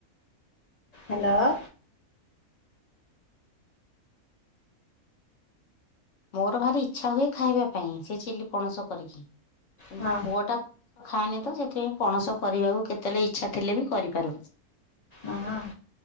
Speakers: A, on the left; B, on the left.
A: ହାଲୋ
B: ମୋର ଭାରି ଇଛା ହୁଏ ଖାଇବା ପାଇଁ, ସେ ଚିଲି ପଣସ କରିକି, କିନ୍ତୁ
A: ହଁ
B: ପୁଅ ଟା ଖାଏନି ତ, ସେଥିପାଇଁ ପଣସ କରିବାକୁ କେତେବେଳେ ଇଛା ଥିଲେ ବି, କରିପାରେନି।
A: ହଁ ଅଁ